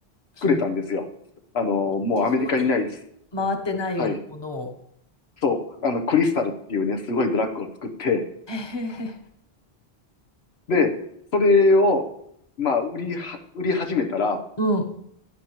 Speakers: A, on the left; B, on the left.
A: そん、
B: 作れたんですよ。あの、もうアメリカにない
A: 市場に回ってないようなものを。
B: はい。そう。あの、クリスタルっていうね、すごいドラッグを作って、
A: へへへ。
B: で、それを、まあ、売りは、売り始めたら、
A: うん。